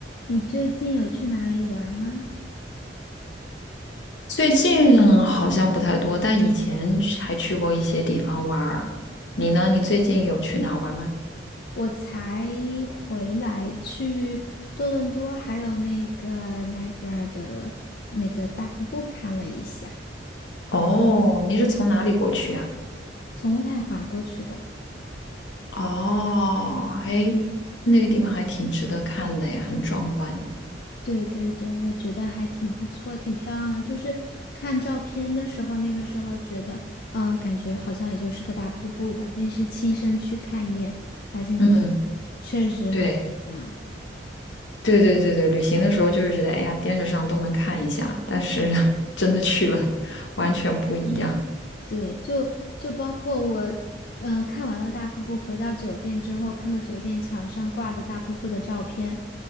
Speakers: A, on the left; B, on the left.
A: 你最近有去哪里玩儿吗？
B: 最近好像不太多，但以前去还去过一些地方玩儿。你呢？你最近有去哪儿玩吗？
A: 我才回来，去多伦多还有那个 Niagara 的那个大瀑布看了一下，
B: 哦，你是从哪里过去啊？
A: 从渥太华过去的。
B: 哦，还那个地方还挺值得看的耶，很壮观。
A: 对对对，我觉得还挺不错，挺漂亮的。就是看照片的时候，那个时候觉得，嗯，感觉好像也就是个大瀑布吧，但是亲身去看一眼，发现就是
B: 嗯，
A: 确实很不一样。
B: 对，对对对对，旅行的时候就是觉得，哎呀，电视上都能看一下，但是 <laughs> 真的去了，完全不一样。
A: 对，就就包括我，嗯、看完了大瀑布，回到酒店之后，看到酒店墙上挂的大瀑布的照片，